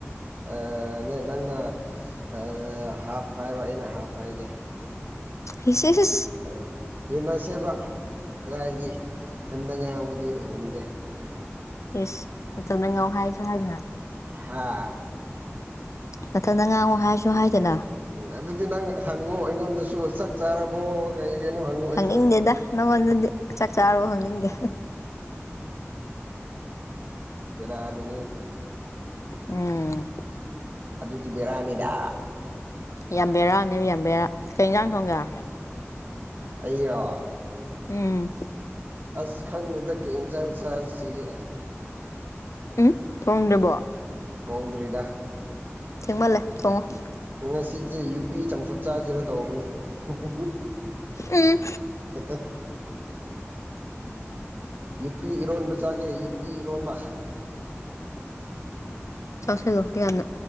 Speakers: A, on the right; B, on the left.
A: ꯑ ꯅꯦ ꯅꯪꯅ ꯑ ꯍꯥꯞ ꯍꯥꯏꯔꯣ ꯑꯩꯅ ꯍꯥꯞ ꯍꯥꯏꯒꯦ
B: <unintelligible>
A: ꯑ ꯌꯦꯟꯅꯁꯦꯕ ꯀꯗꯥꯏꯗꯒꯤ ꯏꯊꯟꯗ ꯉꯥꯡꯕꯗꯤ ꯉꯝꯗꯦ
B: ꯏꯁ ꯅꯊꯟꯇ ꯉꯥꯎ ꯍꯥꯏꯁꯨ ꯍꯥꯏꯗꯅ
A: ꯍꯥꯥ
B: ꯃꯊꯟꯗ ꯉꯥꯡꯉꯨ ꯍꯥꯏꯔꯁꯨ ꯍꯥꯏꯗꯅ
A: ꯎꯝ ꯑꯗꯨꯗꯤ ꯅꯪ ꯍꯪꯉꯣ ꯑꯩꯉꯣꯟꯗꯁꯨ ꯆꯥꯛ ꯆꯥꯔꯕꯣ ꯂꯩꯒꯅꯣ ꯍꯪꯉꫭ ꯑꯩꯁꯨ
B: ꯍꯪꯅꯤꯡꯗꯦꯗ
A: ꯑꯁ
B: ꯅꯪꯉꯣꯟꯗꯗꯤ ꯆꯥꯛ ꯆꯥꯔꯕꯣ ꯍꯪꯅꯤꯡꯗꯦ
A: ꯕꯦꯔꯥꯅꯤ
B: ꯎꯝ꯫
A: ꯑꯗꯨꯗꯤ ꯕꯦꯔꯥꯅꯤꯗ
B: ꯌꯥꯝ ꯕꯦꯔꯥꯅꯦꯕ ꯌꯥꯝꯕꯦꯔꯥ ꯀꯩ ꯏꯟꯖꯥꯡ ꯊꯣꯡꯒꯦ
A: ꯑꯩꯔꯣ
B: ꯎꯝ
A: ꯑꯁ ꯈꯪꯗꯦꯗ ꯀꯩ ꯏꯟꯖꯥꯡ ꯆꯥꯖꯤꯒꯦ
B: ꯎꯝ ꯊꯣꯡꯗ꯭ꯔꯕꯣ
A: ꯊꯣꯡꯗ꯭ꯔꯤꯗ
B: ꯊꯦꯡꯃꯜꯂꯦ ꯊꫭꯡꯉꫭ
A: ꯉꯁꯤꯖꯦ ꯌꯨꯄꯤ ꯆꯝꯐꯨꯠ ꯆꯥꯖꯤꯔꯥ ꯇꯧꯕꯅꯤ <unintelligible>
B: ꯎꯝ
A: ꯌꯨꯄꯤ ꯏꯔꯣꯟꯕ ꯆꯥꯒꯦ ꯌꯨꯄꯤ ꯏꯔꯣꯟꯕ
B: ꯆꯥꯁꯤꯂꯣ ꯌꯥꯝꯅ